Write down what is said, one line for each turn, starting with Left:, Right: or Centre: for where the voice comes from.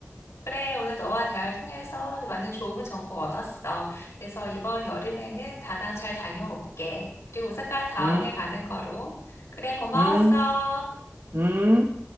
Left: 그래. 오늘 너와 대화를 통해서 많은 좋은 정보 얻었어. 그래서 이번 여름에는 다낭 잘 다녀올게. 그리고 오사카는 다음에
Right: 응?
Left: 가는 거로. 그래, 고마웠어.
Right: 응? 응?